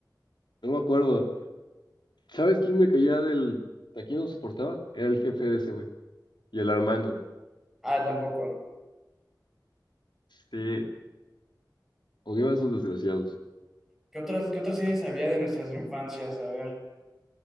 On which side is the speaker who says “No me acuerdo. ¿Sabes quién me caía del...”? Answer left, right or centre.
Left